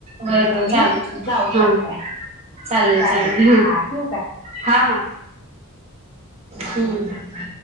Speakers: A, on the left (about 25°); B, on the right (about 30°).
A: म्हणजे
B: बरोबर
A: तुम्ही
B: चालेू
A: जाऊ
B: हा
A: शकताय हा
B: चालेल चालेल
A: हा ठेवू काय
B: हा हा हम्